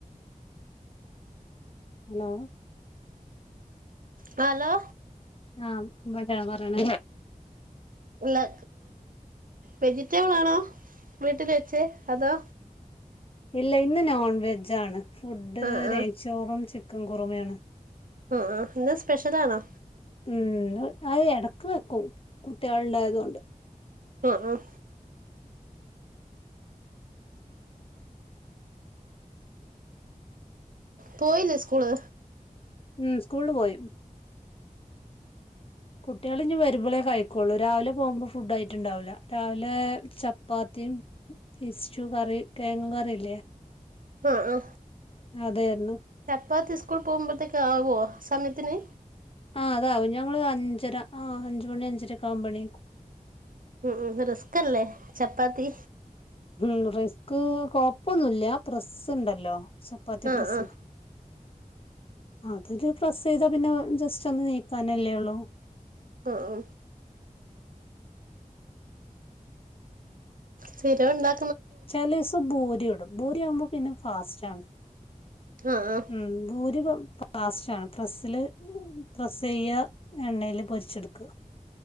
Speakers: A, on the left (about 40°); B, on the right (about 75°).
A: ഹലോ
B: ഹലോ
A: ആഹ് വ <unintelligible> പറയണ
B: ല്ലാ വെജിറ്റബിളാണോ വീട്ടിൽ വെച്ചേ അതോ
A: ഇല്ല ഇന്ന് നോൺ വെജ്ജാണ് ഫുഡ്
B: ആ
A: നെയ്ച്ചോറും
B: ആ
A: ചിക്കനും ഇക്കും കുറമയാണ്
B: ആ ആ ഇന്ന് സ്പെഷ്യൽ ആണോ
A: ഉം അത് എടക്ക് കോട്ട <inaudible> കുട്ടികൾ ഉണ്ടായതു കൊണ്ട്
B: ആ ആ പോയില്ലേ സ്കൂള്
A: ഉം സ്കൂളില് പോയി കുട്ടികള് ഇനി വരുമ്പോളേ കഴിക്കുള്ളു രാവിലെ പോകുമ്പോ ഫുഡ് ആയിട്ടുണ്ടാവൂല രാവിലെ ചപ്പാത്തിയും ഇഷ്‌ടു കറി കിഴങ്ങ് കറിയില്ലേ
B: ആ ആ
A: അതെന്ന്
B: കാലത്ത് സ്കൂൾ പോകുമ്പോഴത്തേക്ക് ആവോ സമയത്തിന്
A: ആ അതാവും ഞങ്ങള് അഞ്ചര ആ അഞ്ചു മണി അഞ്ചരൊക്കെ ആവുമ്പോ എണിക്കും
B: ഉം റിസ്ക് അല്ലേ ചപ്പാത്തി
A: ഉം റിസ്ക് കൊഴപ്പൊന്നുമില്ല പ്രസ്സുണ്ടല്ലോ ചപ്പാത്തി
B: ആഹ്
A: പ്രസാ
B: ആഹ്
A: അതില് പ്രസ് ചെയ്താ പിന്നെ ജസ്റ്റ് ഒന്ന് നീക്കാനല്ലേ ഉള്ളു
B: അ ആ സ്ഥിരം ഉണ്ടാ
A: ചില ദിവസം ഭൂരി ഇടും ഭൂരി ആവുമ്പോൾ പിന്നെ ഫാസ്റ്റ് ആണ്
B: ആഹ് ആഹ്
A: ഉം ഭൂരി ഫാസ്റ്റാണ് പ്രസില് പ്രസ് ചെയ്യ എണ്ണയില് പൊരിച്ചെടുക്ക